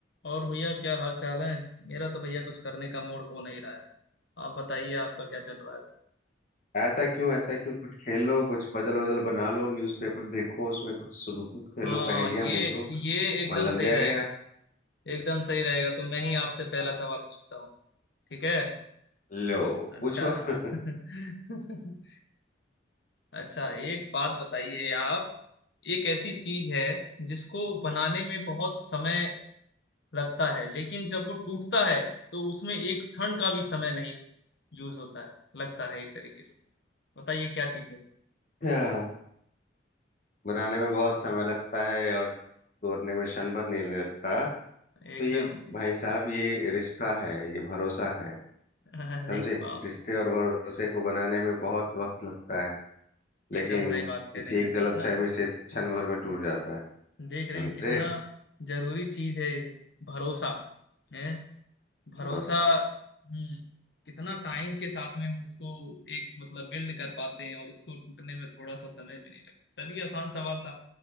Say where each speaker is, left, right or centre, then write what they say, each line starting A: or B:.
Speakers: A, on the left; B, on the left.
A: और भैया क्या हाल चाल है मेरा तो भैया कुछ करने का मूड हो नहीं रहा है आप बताइए आपका क्या चल रहा है
B: ऐसा क्यों ऐसा क्यों कुछ खेल लो कुछ पजल वजल बना लो न्यूज़पेपर देखो उसमें कुछ सुडोकू खेलो
A: हाँ
B: पहेलियां
A: ये
B: बूझो
A: ये एकदम
B: मन लग
A: सही
B: जाएगा
A: रहेगा
B: यार
A: एकदम सही रहेगा तो मैं ही आपसे पहला सवाल पूछता हूँ ठीक है
B: लो
A: अच्छा
B: पूछो <laughs>
A: <laughs> अच्छा एक बात बताइए आप एक ऐसी चीज है जिसको बनाने में बहुत समय लगता है लेकिन जब वो टूटता है तो उसमें एक क्षण का भी समय नहीं यूज होता है लगता है एक तरीके से बताइए क्या चीज है
B: अच्छा, बनाने में बहुत समय लगता है और तोड़ने में क्षण भर नहीं लगता तो
A: एकदम
B: ये भाई साहब ये रिश्ता है ये भरोसा है
A: <laughs> अरे
B: समझे
A: बाप
B: रिश्ते और भरोसे को बनाने में बहुत वक्त लगता है लेकिन
A: एकदम सही बात कह
B: किसी
A: रहे हैं
B: एक
A: यार कितना
B: गलत फहमी से क्षण भर में टूट जाता है
A: देख रहे
B: समझे
A: हैं कितना जरूरी चीज है ये, भरोसा है भरोसा
B: भरोसा
A: हम्म कितना टाइम के साथ में हम उसको एक मतलब बिल्ड कर पाते हैं और उसको टूटने में थोड़ा सा समय भी नहीं लगता चलिए आसान सवाल था